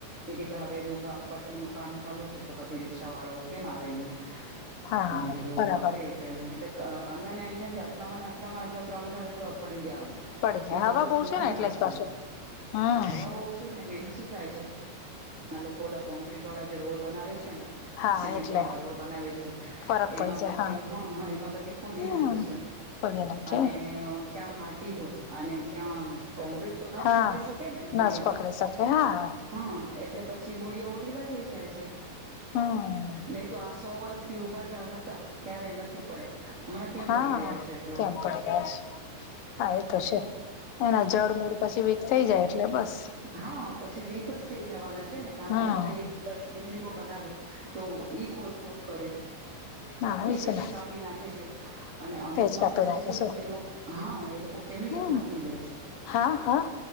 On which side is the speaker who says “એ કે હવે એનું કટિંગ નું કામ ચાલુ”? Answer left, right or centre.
Right